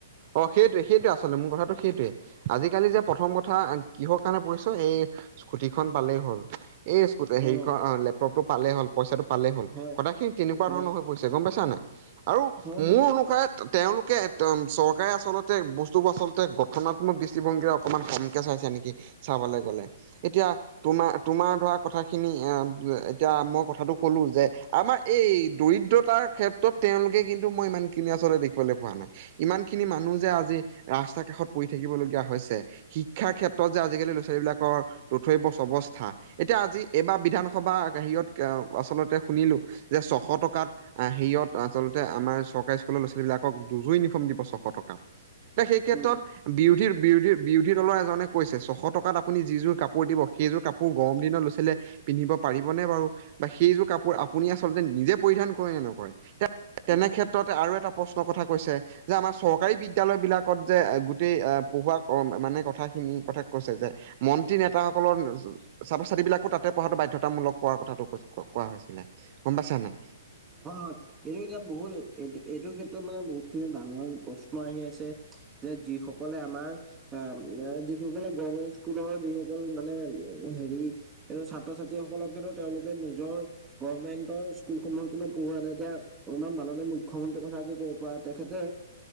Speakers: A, on the right (about 45°); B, on the right (about 20°).
A: অ, সেইটোৱে -সেইটোৱে আচলতে মোৰ কথাটো সেইটোৱে। আজিকালি যে প্ৰথম কথা <unintelligible> কিহৰ কাৰণে পঢ়িছ এই স্কুটিখন পালেই হ'ল এই হেখন
B: অ
A: লেপটপটো পালেই হ'ল পইচাটো পালেই হ'ল
B: হয়
A: কথাখিনি তেনেকুৱা
B: হয়
A: ধৰণৰ হৈ পৰিছে গম পাইছা নে নাই আৰু
B: হয় হয়।
A: মোৰ অনুসাৰে তেওঁলোকে একদম চ এ আচলতে বস্তুবোৰ আচলতে গঠনাত্মক দৃষ্টিভংগীৰে অকমান কমকে চাইছে নেকি? চাবলৈ গ'লে এতিয়া তোমাৰ- তোমাৰ ধৰা কথাখিনি এ এতিয়া মই কথাটো ক'লো যে আমাৰ এই দৰিদ্ৰতাৰ ক্ষেত্ৰত তেওঁলোকে কিন্তু মই ইমানখিনি আচলতে দেখিবলৈ পোৱা নাই ইমান খিনি মানুহ যে আজি ৰাস্তা কাষত পৰি থাকিবলগীয়া হৈছে শিক্ষাৰ ক্ষেত্ৰত যে আজিকালি ল'ৰা- ছোৱালীবিলাকৰ ৰোথৈবচ অৱস্থা এতিয়া আজি এইবাৰ বিধানসভা হেৰিয়ত আচলতে শুনিলোঁ যে ছশ টকাত হেয়ত আচলতে আমাৰ চৰকাৰী স্কুলৰ ল'ৰা -ছোৱালী বিলাকক দুজো ইউনিফৰ্ম দিব চ টকা এতি সেই ক্ষেত্ৰত,
B: উম
A: বিৰোধীৰ বিৰোধী বিৰোধী দলৰ এজনে কৈছে ছশ টকাত আপুনি যিযোৰ কাপোৰ দিব, সেইযোৰ কাপোৰ গৰম দিনত ল'ৰা ছোৱালীয়ে পিন্ধিব পাৰিবনে বাৰু বা সেইযোৰ কাপোৰ আপুনি আচলতে নিজে পৰিধান কৰে নে নকৰে?
B: উম।
A: তেনে ক্ষেত্ৰতে আৰু এটা প্ৰশ্নৰ কথা কৈছে। যে আমাৰ চ চৰকাৰী বিদ্যালয়বিলাকত যে গোটেই পঢ়োৱা মানে কথাখিনি কথা কৈছে যে, মন্ত্ৰী নেতাসকলৰ ছাত্ৰ-ছাত্ৰী বিলাকো তাতে পঢ়াটো বাধ্যতামূলক কৰোৱাৰ কথাটো কোৱা হৈছিলে গম পাইছানে।
B: হয়-হয়, এইটো এতিয়া বহুত এইটো এইটোৰ ক্ষেত্ৰত মানে বহুতখিনি ডাঙৰ প্ৰশ্ন আহি আছে। যে যিসকলে আমাৰ অ, যিসকলে গমেন্ট স্কুলৰ যিসকল মানে হেৰি এই ছাত্ৰ-ছাত্ৰীসকলক কিন্তু তেওঁলোকে নিজৰ গভমেণ্টৰ স্কুলসমূহত পঢ়োৱা নাই। এতিয়া অকমান মাননীয় মুখ্যমন্ত্ৰীৰ কথা ক'ব পৰা তেখেতে